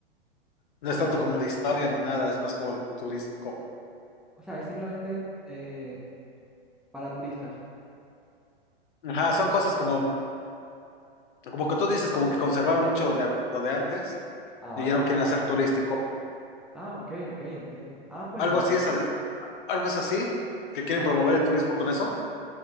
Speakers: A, on the left; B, in the centre.
A: No
B: pero
A: es tanto como de historia ni nada, es más como de turístico.
B: O sea, es simplemente eh, para turistas.
A: Ajá, son cosas como, como que tú dices, como que conservaron mucho lo de, ante- lo de antes
B: Ah, vale.
A: y ya lo quieren hacer turístico.
B: Ah, ok, ok, entiendo. Ah, pues
A: Algo
B: la verdad
A: así es
B: es que,
A: así, algo es así, que quieren
B: ajá,
A: promover el turismo con eso.